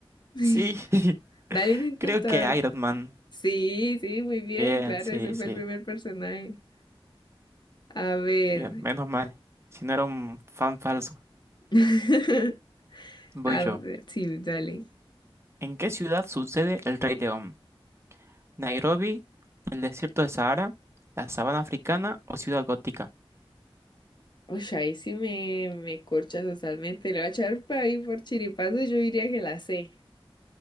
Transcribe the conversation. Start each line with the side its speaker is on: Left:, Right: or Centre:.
Left: <laughs>
Right: Sí, <laughs>
Left: Dale un intento,
Right: creo que
Left: a ver.
Right: Iron Man.
Left: Sí, sí, muy bien,
Right: Bien,
Left: claro,
Right: sí,
Left: ese fue
Right: sí.
Left: el primer personaje. A ver.
Right: Bien, menos mal. Si no era un fan falso.
Left: <laughs>
Right: Voy
Left: A
Right: yo.
Left: ver, sí, dale.
Right: ¿En qué ciudad sucede el Rey León? ¿Nairobi, el desierto de Sahara, la sabana africana o ciudad gótica?
Left: Oye, ahí sí me, me corchas totalmente. Le voy a echar por ahí por chiripazo, yo diría que la sé.